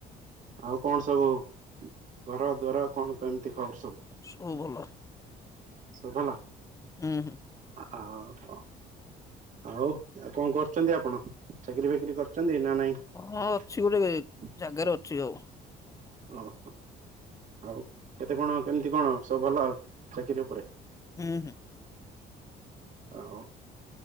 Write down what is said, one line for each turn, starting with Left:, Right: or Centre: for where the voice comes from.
Right: ଆଉ କଣ ସବୁ ଘର ଦ୍ୱାର କଣ କେମିତି? ଖବର
Left: ସବୁ ଭଲ।
Right: ସଵ ଭଲ।
Left: ହୁଁ ହୁଁ।
Right: ହଉ ହଉ ଆଉ ଆଉ କଣ କରୁଛନ୍ତି ଆପଣ? ଚାକିରି ଫାକିରି କରୁଛନ୍ତି ନା ନାଇଁ।
Left: ହଁ ଅଛି ଗୋଟେ ଜାଗାରେ ଅଛି ଆଉ
Right: ଓହୋ ଆଉ କେତେ କଣ କେମିତି କଣ ସବୁ ଭଲ ଚାକିରି ଉପରେ?
Left: ହୁଁ ହୁଁ।
Right: ହଉ